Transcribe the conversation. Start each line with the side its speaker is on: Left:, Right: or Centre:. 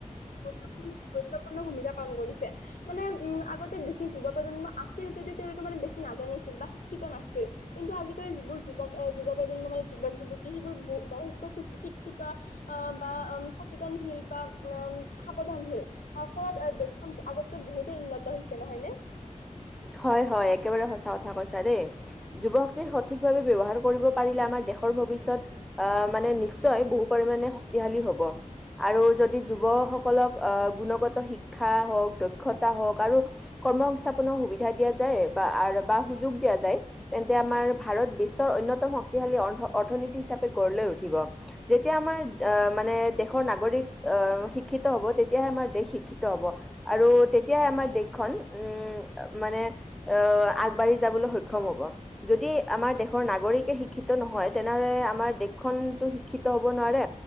Left: গুৰুত্বপূৰ্ণ গুৰুত্বপূৰ্ণ ভূমিকা পালন কৰিছে। মানে উম, আগতে বেছি যুৱ প্ৰজন্ম আছিল। যদিও তেওঁলোকে মানে বেছি নাজানিছিল বা শিক্ষিত নাছিল। কিন্তু আজিকালি যিবোৰ যুৱক যুৱ প্ৰজন্ম মানে যুৱক যুৱতী সেইবোৰ যথেষ্ট শিক্ষিত অ', বা উ সচেতনশীল বা উ বা সাৱধানশীল। অ', ফলত দেশখন আগতো বহুতেই উন্নত হৈছে নহয় ন?
Centre: হয়। হয়। একেবাৰে সঁচা কথা কৈছা দেই। যুৱকে সঠিকভাৱে ব্যৱহাৰ কৰিব পাৰিলে। আমাৰ দেশৰ ভৱিষ্যত আ', মানে নিশ্চয় বহু পৰিমাণে শক্তিশালী হব। আৰু যদি যুৱসকলক গুণগত শিক্ষা হওক দক্ষতা হওক আৰু কৰ্ম সংস্থাপনৰ সুবিধা দিয়া যায় বা সুযোগ দিয়া যায়। তেন্তে আমাৰ ভাৰত বিশ্বৰ অন্যতম শক্তিশালী অৰ্থনীতি হিচাপে গঢ় লৈ উঠিব। যেতিয়া আমাৰ আহ মানে দেশৰ নাগৰিক আহ শিক্ষিত হব তেতিয়াহে আমাৰ দেশ শিক্ষিত হ'ব। আৰু তেতিয়াহে আমাৰ দেশখন উম, মানে আহ আগবাঢ়ি যাবলৈ সক্ষম হ'ব। যদি আমাৰ দেশৰ নাগৰিকে শিক্ষিত নহয়। তেনেহলে আমাৰ দেশখনতো শিক্ষিত হব নোৱাৰে।